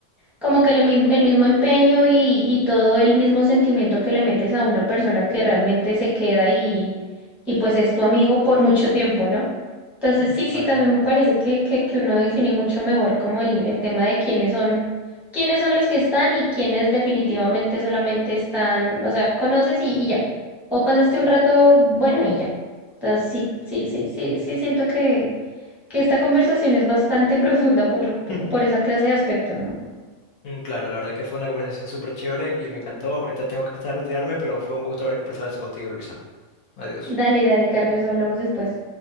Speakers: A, in the centre; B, on the left.
A: Como que el, mis- el mismo empeño y, y todo el mismo sentimiento que le metes a una persona que realmente se queda y, y pues es tu amigo por mucho tiempo, ¿no? Entonces
B: Exacto.
A: sí, sí, también me parece que, que, que uno define mucho mejor como el, el tema de quiénes son, quiénes son los que están y quiénes definitivamente solamente están, o sea, conoces y, y ya. O pasaste un rato bueno y ya. Entonces sí, sí, sí, sí, sí, siento que, que esta conversación es bastante <laughs> profunda por, por
B: <laughs>
A: por esa clase de aspectos, ¿no?
B: Mm, Claro, la verdad que fue una conversación súper chévere y me encantó. Ahorita tengo que pasar a retirarme, pero fue un gusto haber conversado esto contigo, Luisa. Adiós.
A: Dale, dale, Carlos, hablamos después.